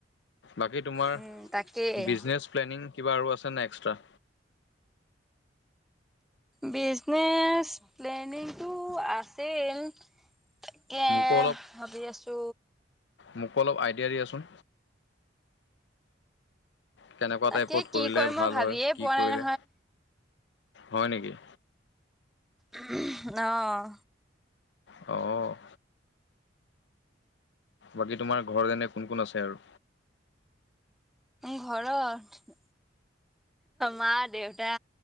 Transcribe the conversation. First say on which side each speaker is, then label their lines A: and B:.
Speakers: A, on the left; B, in the centre.
A: বাকী তোমাৰ
B: উম তাকেই
A: বিজনেচ প্লেনিং কিবা আৰু আছে ন এক্সট্ৰা
B: বিজনেচ, প্লেনিংটো আছিল। তাকে,
A: মোকো অলপ
B: ভাবি আছো।
A: মোকো অলপ আইডিয়া দিয়াচোন। কেনেকুৱা
B: তাকে
A: টাইপত
B: কি
A: কৰিলে
B: কৰিম মই
A: ভাল
B: ভাবিয়ে
A: হয়। কি
B: পোৱা
A: কৰিলে
B: নাই
A: হয় নেকি?
B: উম, অহ,
A: অ', বাকী তোমাৰ ঘৰত এনে কোন-কোন আছে আৰু?
B: ঘৰত, মা, দেউতা